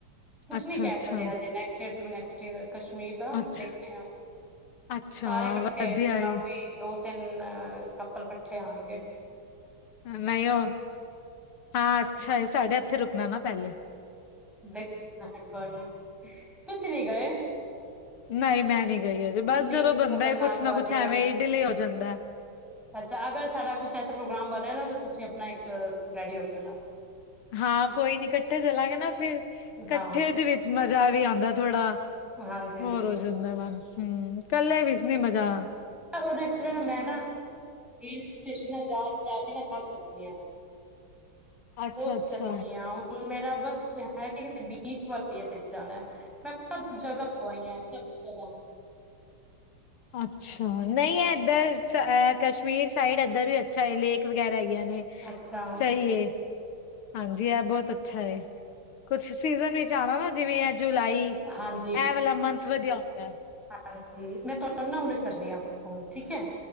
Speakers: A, in the centre; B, on the left.
A: ਕੁਛ
B: ਅੱਛਾ
A: ਨੀ ਕਹਿ
B: ਅੱਛਾ
A: ਸਕਦੇ ਹਜੇ ਨੈਕਸਟ ਈਅਰ ਤੋ ਵੀ ਨੈਕਸਟ ਈਅਰ। ਕਸ਼ਮੀਰ ਦਾ
B: ਅੱਛਾ
A: ਦੇਖ ਦੇ ਹਾਂ
B: ਅੱਛਾ
A: ਸਾਰੇ ਇਕੱਠੇ
B: ਵਧੀਆ
A: ਕਾਫੀ
B: ਏ
A: ਦੋ ਤਿੰਨ ਕੱਪਲ ਇਕੱਠੇ ਆਓਣਗੇ।
B: ਨਹੀਂ ਉਹ ਹਾਂ ਅੱਛਾ ਏ ਸਾਢੇ ਇਥੇ ਰੁਕਣਾ ਨਾ ਪਹਿਲੇ।
A: ਦੇਖੋ ਕੋਈ ਨੀ ਤੁਸੀਂ ਨਹੀਂ ਗਏ?
B: ਨਹੀਂ ਮੈਂ ਨੀ ਗਈ ਹਜੇ
A: ਇੰਨੀ
B: ਬਸ ਜਦੋਂ
A: ਖ਼ਤਰਨਾਕ
B: ਬੰਦਾ ਕੁਛ ਨਾ
A: ਵਾਦੀਆਂ
B: ਕੁਛ ਐਵੇਂ ਹੀ ਡਿਲੇ ਹੋ ਜਾਂਦਾ।
A: ਅੱਛਾ ਅਗਰ ਸਾਡਾ ਕੁਛ ਐਸਾ ਪ੍ਰੋਗਰਾਮ ਬਣੇ ਨਾ ਤਾਂ ਤੁਸੀਂ ਆਪਣਾ ਇੱਕ ਰੈਡੀ ਹੋ ਜਾਣਾ।
B: ਹਾਂ ਕੋਈ ਨੀ ਇਕੱਠੇ ਚਲਾਂਗੇ ਨਾ ਫੇਰ ਇਕੱਠੇ
A: ਹਾਂ
B: ਦੇ ਵਿੱਚ ਮਜ਼ਾ ਵੀ ਆਉਂਦਾ ਥੋੜ੍ਹਾ।
A: ਹਾਂਜੀ
B: ਹੋਰ
A: ਬਿਲਕੁਲ
B: ਹੋ ਜਾਂਦਾ ਮਨ ਹਮ ਕੱਲੇ ਵਿੱਚ ਨੀ ਮਜ਼ਾ।
A: ਉਹਨਾ ਐਕਚੁਲੀ ਨਾ ਮੈਂ ਨਾ ਹਿਲ ਸਟੇਸ਼ਨ ਨਾ ਜਾ ਜਾ ਕੇ ਨਾ ਥੱਕ ਚੁੱਕੀ ਹਾਂ।
B: ਅੱਛਾ-ਅੱਛਾ।
A: ਬਹੁਤ <unintelligible> ਮੇਰਾ ਬਸ ਇਹ ਹੈ ਕਿ ਕਿਸੇ ਬੀਚ ਵਾਲੇ ਤੇ ਜਾਣਾ ਹੈ। ਮੈਂ ਸਭ ਜਗ੍ਹਾ ਹੋ ਆਈਆਂ ਸਭ ਜਗ੍ਹਾ।
B: ਅੱਛਾ ਨਹੀਂ ਹੈ ਇੱਧਰ ਕਸ਼ਮੀਰ ਸਾਈਡ ਇੱਧਰ ਵੀ ਅ ਚਾਹੇ ਲੇਕ ਵਗੈਰਾ ਹੈਗੀਆਂ ਨੇ
A: ਅੱਛਾ
B: ਸਹੀ ਏ। ਹਾਂਜੀ ਇਹ ਬਹੁਤ ਅੱਛਾ ਹੈ। ਕੁਛ ਸੀਜ਼ਨ ਵਿੱਚ ਆਉਣਾ ਨਾ ਜਿਵੇਂ ਆ ਜੁਲਾਈ ਇਹ
A: ਹਾਂਜੀ
B: ਵਾਲਾ ਮੰਥ ਵਧੀਆ ਹੁੰਦਾ ਹੈ।
A: ਹਾਂਜੀ ਮੈਂ ਤੁਹਾਨੂੰ ਨਾ ਹੁਨੇ ਕਰ ਰਹੀ ਹਾਂ ਫੋਨ ਠੀਕ ਹੈ?